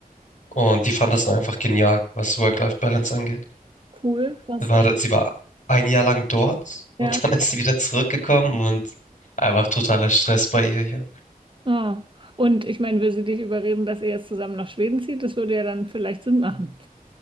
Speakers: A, on the left; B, on the right.
A: Und die fand das dann einfach genial, was Work-Life-Balance angeht.
B: Cool. Was
A: War, sie war ein Jahr lang dort und
B: Ja.
A: <laughs> dann ist sie wieder zurückgekommen und einfach totaler Stress bei ihr hier.
B: Ah. Und ich meine, will sie dich überreden, dass ihr jetzt zusammen nach Schweden zieht? Das würde ja dann vielleicht Sinn machen.